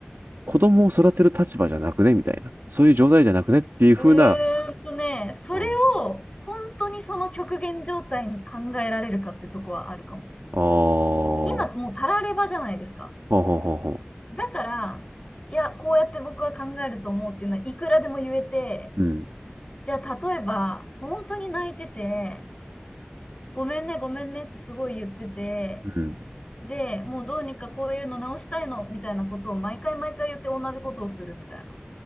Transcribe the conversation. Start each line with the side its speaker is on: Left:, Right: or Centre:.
Right: 子供を育てる立場じゃなくねみたいな。そういう状態じゃなくねっていう風な、
Left: うーんとね、それを本当にその極限状態に考えられるかってとこはあるかも。
Right: うん。ああ、ほ
Left: 今もうたらればじゃないですか。
Right: うほうほうほ
Left: だから、いや、こうやって僕は考えると思うっていうのはいくらでも言えて、
Right: う。うん。
Left: じゃあ例えば本当に泣いてて、ごめんね、ごめんねってすごい言ってて、
Right: うん。
Left: で、もうどうにかこういうの直したいのみたいなことを毎回毎回言って同じことをするみたいな。